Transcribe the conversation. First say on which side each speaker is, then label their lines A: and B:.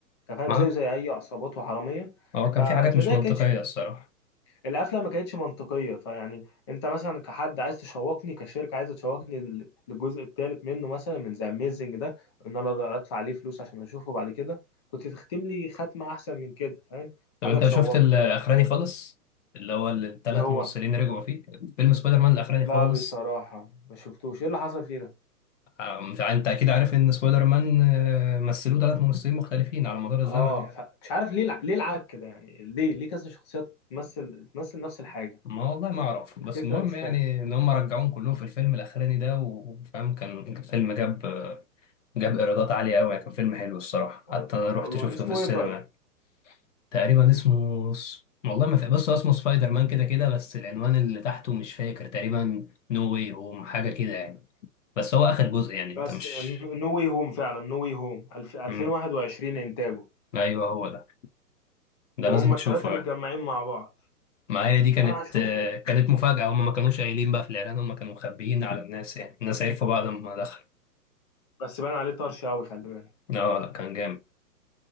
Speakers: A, on the left; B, on the left.
A: انت فاهم
B: ما
A: زيه زي اي عصابات وحراميه
B: هو
A: فالبدايه
B: كان في حاجات مش منطقية
A: كانت
B: الصراحة
A: القفله ما كانتش منطقيه فيعني انت مثلا كحد عايز تشوقني كشركه عايزه تشوقني لل- للجزء الثالث منه مثلا من ذا اميزنج ده ان انا اقدر ادفع عليه فلوس عشان اشوفه بعد كده كنت تختم لي ختمه احسن من كده فاهم
B: طب
A: حاجه
B: أنت
A: تشوقني
B: شفت الأخراني خالص اللي هو الثلاث
A: ايه هو
B: ممثلين رجعوا فيه فيلم سبايدر مان الأخراني
A: لا
B: خالص
A: بصراحه ما شفتوش ايه اللي حصل فيه ده
B: آم، فأنت أكيد عارف إن سبايدر مان آه، مثلوه ثلاث ممثلين مختلفين على مدار الزمن
A: اه
B: يعني
A: ف- مش عارف ليه الع- ليه العك كده يعني ليه ليه كذا شخصيات تمثل تمثل نفس الحاجه
B: ما والله ما
A: يعني
B: أعرف
A: ايه
B: بس
A: الفكره
B: المهم
A: مش
B: يعني
A: فاهم
B: إن هم رجعوهم كلهم في الفيلم الأخراني ده و- وفاهم كان كان فيلم جاب جاب إيرادات عالية أوي يعني كان فيلم حلو الصراحة
A: وال-
B: حتى أنا رحت
A: والله
B: شفته
A: اسمه
B: في السينما
A: ايه طيب
B: تقريبا اسمه س- والله ما فاكر بس هو اسمه سبايدر مان كده كده بس العنوان اللي تحته مش فاكر تقريبا نو واي هوم حاجة كده يعني بس هو آخر جزء يعني أنت
A: بس
B: مش
A: نو واي هوم فعلا نو واي هوم
B: مم.
A: 2021 انتاجه
B: أيوه هو ده ده
A: وهم
B: لازم
A: الثلاثه
B: تشوفه يعني.
A: متجمعين مع بعض
B: معايا دي كانت
A: انا هشوفه
B: آه، كانت مفاجأة هم ما كانوش قايلين بقى في الإعلان هم كانوا مخبيين على الناس يعني الناس عرفوا بعد ما دخل
A: بس باين عليه طرش قوي خلي بالك
B: اه لا كان جامد